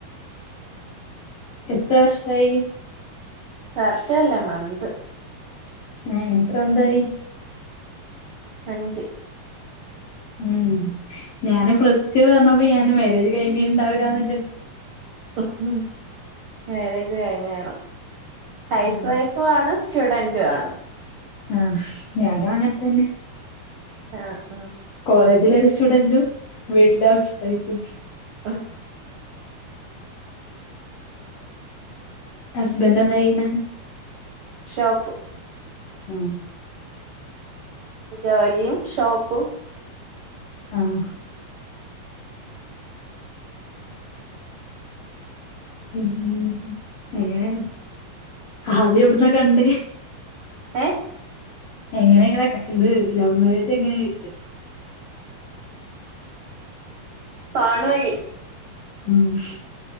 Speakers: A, on the left (about 70°); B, on the right (about 75°).
A: എത്ര വർഷായി
B: വർഷല്ല മന്ത്
A: ഏ എത്ര മന്തായി
B: അഞ്ച്
A: ഉം ഞാന് പ്ലസ് ടു പറഞ്ഞപ്പോ ഞാന് മാരേജ് കഴിഞ്ഞിണ്ടാവില്ലാന്ന് വ
B: മ് ഹ് മാരേജ് കഴിഞ്ഞാണ്. ഹൗസ്
A: ഉം
B: വൈഫുആണ്. സ്റ്റുഡന്റുംആണ്.
A: ആ.. ഹ് ഞാനുഅങ്ങനെത്തന്നെ
B: അ ആ...
A: കോളേജിലൊരു സ്റ്റുഡന്റും വീട്ടില് ഹൗസ് വൈഫും.
B: ആ.. ഹ്..
A: ഹസ്ബൻന്റെന്തയ്യിണെ?
B: ഷോപ്പ്.
A: ആ.. ഹ്.
B: ജോലിയും, ഷോപ്പും.
A: ആഹ് ഉം <unintelligible> എങ്ങനേ.. ആദ്യെവ്ട്ന്ന കണ്ടേ....?
B: എഹ്
A: എങ്ങനെങ്ങളെ കണ്ട് ലവ് മാരേജങ്ങനെയ്ച്ച
B: ഫോണ്വഴി
A: ഉംമ്...